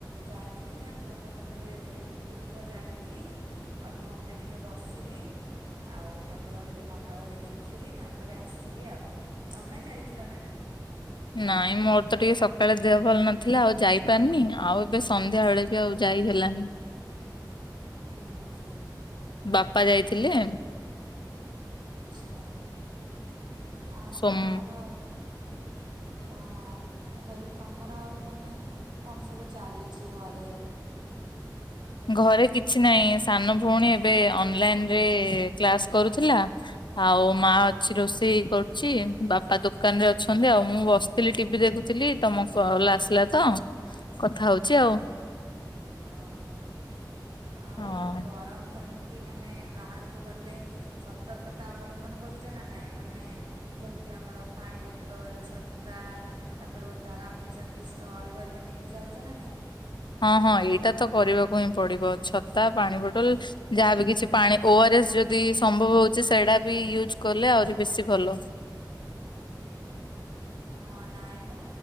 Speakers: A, on the right; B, on the left.
A: ଯାଇଥିଲି ଠାକୁରଙ୍କ ପାଖରେ ଦୀପ ଜାଳିକି ଅଧଘଣ୍ଟେ ଟିକେ ବସିଲି ଆଉ ଠାକୁରଙ୍କୁ ଟିକେ ମନ ଭରି ଦେଖି ଖିଲି ତାପରେ ଆସିଲି ଆଉ ତମେ ଯାଇଥିଲ ନା ନାହିଁ?
B: ନାଇଁ ମୋର ତ ଟିକେ ସକାଳେ ଦେହ ଭଲ ନଥିଲା ଆଉ ଯାଇପାରିନି ଆଉ ଏବେ ସନ୍ଧ୍ୟା ବେଳେ ଏବେ ଆଉ ଯାଇ ହେଲାନି।
A: ଓଁ ହୁଁ।
B: ବାପା ଯାଇଥିଲେ।
A: ଆଚ୍ଛା। ଆଉ
B: ସୋମ
A: ତମର କଣ? ମୁଁ କହିଲି ତମର ଆଉ ମାନେ କଣ ସବୁ ଚାଲିଛି ଘରେ?
B: ଘରେ କିଛି ବାହିଁ ସାନ ଭଉଣୀ ଏବେ ଅନଲାଇନରେ କ୍ଲାସ କରୁଥିଲା। ଆଉ ମା ଅଛି ରୋଷେଇ କରୁଛି ବାପା ଦୋକାନ ରେ ଅଛନ୍ତି ଆଉ। ମୁଁ ବସିଥିଲି ଟିଭି ଦେଖୁଥିଲି ତମ କଲ ଆସିଲା ତ କଥା ହଉଛି ଆଉ।
A: ଓହୋ ଆଉ
B: ହଁ।
A: ତମେ ଗରମ ପାଇଁ କି ମାନେ ବାହାରକୁ ଗଲେ ସତର୍କତା ଅବଲମ୍ବନ କରୁଛନା ନାଇଁ ମାନେ ଯେମିତି ଆମର ପାଣି ବୋଟଲ ଛତ ଯୋତା ତାପରେ ଓଦା ଗାମୁଛା କି ଷ୍ଟଲ୍ କରିକରି ନେଇକି ଯାଉଛ ନା ନାଇଁ?
B: ହଁ ହଁ ଏଇଟା ତ କରିବାକୁ ହିଁ ପଡିବ ଛତା, ପାଣିବୋଟଲ ଯାହାବି କିଛି ପାଣି ଓଆରଏସ୍ ଯଦି ସମ୍ଭବ ହଉଛି ସେଇଟା ବି ୟୁଜ୍ କଲେ ଆହୁରି ବେଶୀ ଭଲ।
A: ହୁଁ ହଁ ନାହିଁମ।